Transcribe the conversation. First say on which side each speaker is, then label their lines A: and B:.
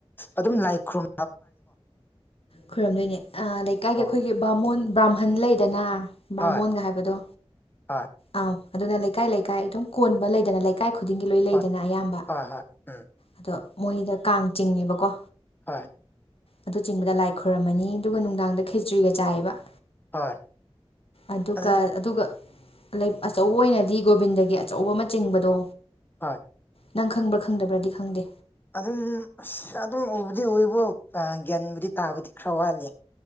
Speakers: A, on the left; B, on the left.
A: ꯑꯗꯨꯝ ꯂꯥꯏ ꯈꯨ꯭ꯔꯨꯝ
B: ꯈꯨꯔꯨꯝꯗꯣꯏꯅꯦ ꯑ ꯂꯩꯀꯥꯏꯒꯤ
A: ꯑꯣ
B: ꯑꯩꯈꯣꯏꯒꯤ ꯕꯥꯃꯣꯟ ꯕ꯭ꯔꯥꯍꯟ ꯂꯩꯗꯅ ꯕꯥꯃꯣꯟꯒ
A: ꯍꯣꯏ
B: ꯍꯥꯏꯕꯗꯣ
A: ꯍꯣꯏ
B: ꯑꯥ ꯑꯗꯨꯅ ꯂꯩꯀꯥꯏ ꯂꯩꯀꯥꯏ ꯑꯗꯨꯝ ꯀꯣꯟꯕ ꯂꯩꯗꯅ ꯂꯩ ꯀꯥꯏ ꯈꯨꯗꯤꯡꯒꯤ ꯂꯣꯏ ꯂꯩꯗꯅ
A: ꯍꯣꯏ
B: ꯑꯌꯥꯝꯕ
A: ꯍꯣꯏ ꯍꯣꯏ ꯎꯝ
B: ꯑꯗꯣ ꯃꯣꯏꯗ ꯀꯥꯡ ꯆꯤꯡꯉꯦꯕꯀꯣ
A: ꯍꯣꯏ
B: ꯑꯗꯨ ꯆꯤꯡꯕꯗ ꯂꯥꯏ ꯈꯣꯏꯔꯝꯃꯅꯤ ꯑꯗꯨꯒ ꯅꯨꯡꯗꯥꯡꯗ ꯈꯦꯆ꯭ꯔꯤꯒ ꯆꯥꯏꯑꯕ
A: ꯍꯣꯏ
B: ꯑꯗꯨꯒ
A: ꯑꯗꯨ
B: ꯑꯗꯨꯒ ꯂꯩ ꯑꯆꯧꯕ ꯑꯣꯏꯅꯗꯤ ꯒꯣꯕꯤꯟꯗꯒꯤ ꯑꯆꯧꯕ ꯑꯃꯆꯤꯡꯕꯗꯣ
A: ꯍ
B: ꯅꯪ ꯈꯪꯕ꯭ꯔꯥ ꯈꯪꯗꯕ꯭ꯔꯗꯤ ꯈꯪꯗꯦ
A: ꯑꯗꯨꯝ ꯑꯁ ꯑꯗꯨꯝ ꯎꯕꯨꯗꯤ ꯎꯏꯕꯣ ꯒ꯭ꯌꯥꯟꯕꯨꯗꯤ ꯇꯥꯕꯗꯤ ꯈꯔ ꯋꯥꯠꯂꯤ